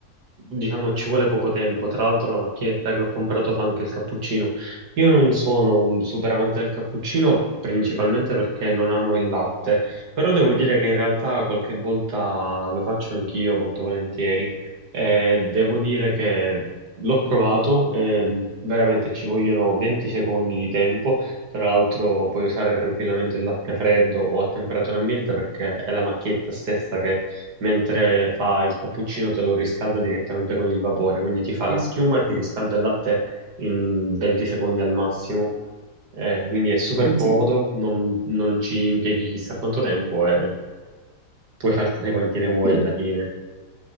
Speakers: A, on the right; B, on the right.
A: diciamo ci vuole poco tempo. Tra l'altro la macchinetta che ho comprato fa anche il cappuccino. Io non sono un super amante del cappuccino, principalmente perché non amo il latte, però devo dire che in realtà qualche volta lo faccio anch'io molto volentieri. Eh, devo dire che l'ho provato, ehm, veramente ci vogliono 20 secondi di tempo. Tra l'altro puoi usare tranquillamente il latte freddo o a temperatura ambiente perché è la macchinetta stessa che mentre fa il cappuccino te lo riscalda direttamente con il vapore, quindi ti fa la
B: Sì,
A: schiuma e ti riscalda il latte in 20 secondi al massimo. Eh, quindi è super comodo,
B: sì.
A: non, non ci impieghi chissà quanto tempo e puoi fartene quanti ne vuoi
B: sì.
A: alla fine.